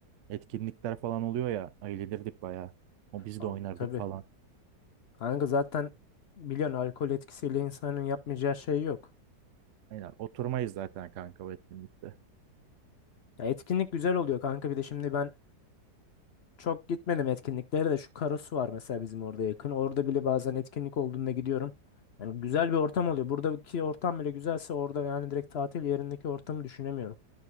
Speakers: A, on the right; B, on the left.
A: Etkinlikler falan oluyor ya eğlenirdik baya. O biz
B: Al,
A: de oynardık
B: tabii.
A: falan.
B: Kanka zaten biliyorsun alkol etkisiyle insanın yapmayacağı şey yok.
A: Aynen oturmayız zaten kanka o etkinlikte.
B: Ya etkinlik güzel oluyor kanka bir de şimdi ben çok gitmedim etkinliklere de şu Karasu var mesela bizim orada yakın. Orada bile bazen etkinlik olduğunda gidiyorum. Yani güzel bir ortam oluyor. Buradaki ortam bile güzelse orada yani direkt tatil yerindeki ortamı düşünemiyorum.